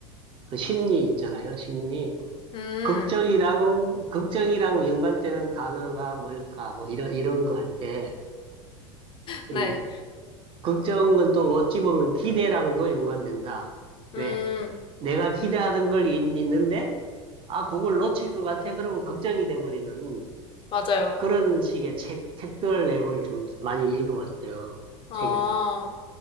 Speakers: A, on the right; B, on the left.
A: 그 심리 있잖아요, 심리.
B: 음,
A: 걱정이랑, 걱정이랑 연관되는 단어가 뭘까? 뭐, 이런, 이런 거 할 때,
B: 네.
A: 음, 걱정은 또 어찌 보면 기대랑도 연관된다.
B: 음,
A: 왜? 내가 기대하던 걸 있, 는데 아, 그걸 놓칠 것 같아. 그러면 걱정이 돼버리는
B: 맞아요.
A: 그런 식의 책, 책들 내용을 좀 많이 읽어봤어요.
B: 아,
A: 책에서.